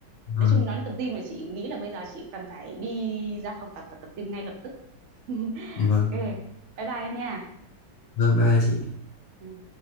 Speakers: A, on the left; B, on the right.
A: vâng
B: nói chung nói đến tập gym là chị nghĩ là bây giờ chị cần phải đi ra phòng tập và tập gym ngay lập tức <laughs>
A: vâng
B: ok bye bye em nha
A: vâng bye chị
B: Ừ.